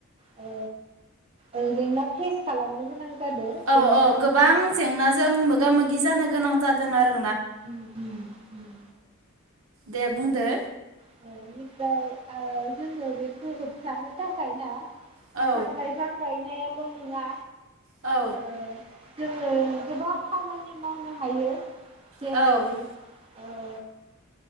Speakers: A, on the right (about 25°); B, on the right (about 75°).
A: ओ। ओ। जोंना फेस खालामनो गोनां जादों
B: औ
A: जेंना
B: औ गोबां जेंनाजों मोगा मोगि जानो गोनां जादों आरो।
A: ओम ओम ओम।
B: दे बुंदो।
A: बेनिफ्राय जोङो बेखौ होबथानो थाखाय ना!
B: औ
A: बिफां लाइफां गाय नायाल नङा।
B: औ
A: ओ। जोङो गोबां खामानि मावनो हायो। जेरै
B: औ
A: ओ।